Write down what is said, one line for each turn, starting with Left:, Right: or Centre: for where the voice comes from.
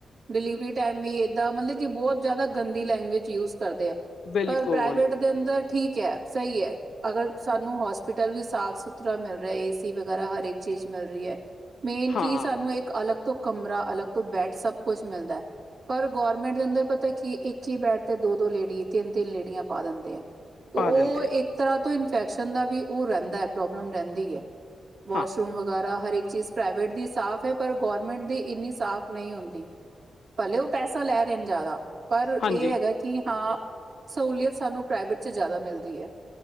Right: ਡਿਲੀਵਰੀ ਟੈਮ ਵੀ ਏਦਾਂ ਮਲਬ ਕਿ ਬੋਤ ਜੈਦਾ ਗੰਦੀ ਲੈਂਗੁਏਜ ਯੂਜ਼ ਕਰਦੇ ਐ।
Left: ਬਿਲਕੁਲ
Right: ਪਰ ਪ੍ਰਾਈਵੇਟ ਦੇ ਅੰਦਰ ਠੀਕ ਐ। ਸਈ ਐ। ਅਗਰ ਸਾਨੂੰ ਹੋਸਪੀਟਲ ਵੀ ਸਾਫ਼ ਸੁਥਰਾ ਮਿਲ ਰਿਹਾ ਏਸੀ ਵਗੈਰਾ ਹਰੇਕ ਚੀਜ਼ ਮਿਲ ਰਹੀ ਐ। ਮੇਨ
Left: ਹਾਂ
Right: ਕੀ ਸਾਨੂੰ ਇੱਕ ਅਲੱਗ ਤੋਂ- ਕਮਰਾ ਅਲੱਗ ਤੋਂ ਬੈਡ ਸਭ ਕੁਛ ਮਿਲਦਾ। ਪਰ ਗੌਰਮੈਂਟ ਦੇ ਅੰਦਰ ਪਤਾ ਕੀ ਇੱਕ ਈ ਬੈਡ- ਤੇ ਦੋ-ਦੋ ਲੇਡੀ ਤਿੰਨ- ਤਿੰਨ ਲੇਡੀਆਂ ਪਾ ਦਿੰਦੇ ਆ।
Left: ਪਾ
Right: ਓਹ
Left: ਦਿੰਦੇ
Right: ਇੱਕ
Left: ਆ
Right: ਤਰ੍ਹਾਂ ਤੋਂ ਇਨਫੈਕਸ਼ਨ ਦਾ ਵੀ ਓਹ ਰੈਂਦਾ ਪ੍ਰੋਬਲਮ ਰੈਂਦੀ ਐ। ਵਾਸ਼ਰੂਮ
Left: ਹਾਂ
Right: ਵਗੈਰਾ ਹਰ ਇੱਕ ਚੀਜ਼ ਪ੍ਰਾਈਵੇਟ ਦੀ ਸਾਫ ਐ ਪਰ ਗੋਰਮੈਂਟ ਦੀ ਇੰਨੀ ਸਾਫ ਨਹੀਂ ਹੁੰਦੀ। ਭਲੇ ਓਹ ਪੈਸਾ ਲੈ ਰ‌ਏ ਨ ਜਾਦਾ। ਪਰ
Left: ਹਾਂਜੀ
Right: ਏ ਹੈਗਾ ਕੀ ਹਾਂ ਸਹੂਲੀਅਤ ਸਾਨੂੰ ਪ੍ਰਾਈਵੇਟ' ਚ ਜੈਦਾ ਮਿਲਦੀ ਐ।